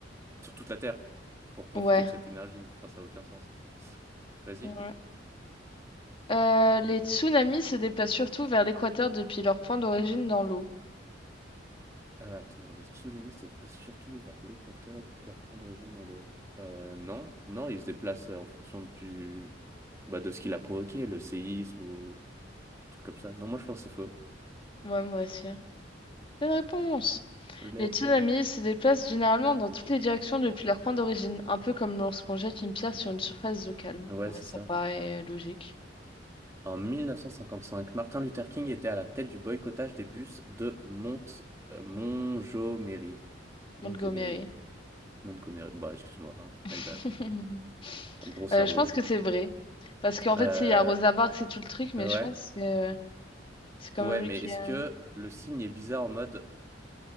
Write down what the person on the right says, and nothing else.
sur toute la Terre pour profiter
de cette énergie. Enfin, ça n'a aucun sens. Vas-y.
Euh, attends, les tsunamis se déplacent surtout vers l'équateur depuis leur point d'origine dans l'eau. Euh, non, non, ils se déplacent euh, en fonction du... bah, de ce qu'il a provoqué, le séisme ou truc comme ça. Non, moi je pense que c'est faux.
Let's
go.
Ouais,
c'est
ça.
En 1955, Martin Luther King était à la tête du boycottage des bus de Mont... euh, Montgomery. Montgomery.
Montgomery. Bah, excuse-moi, hein.
My bad. Gros
cerveau.
Euh,
Euh,
Ouais,
ouais,
mais
est-ce
que le signe est bizarre en mode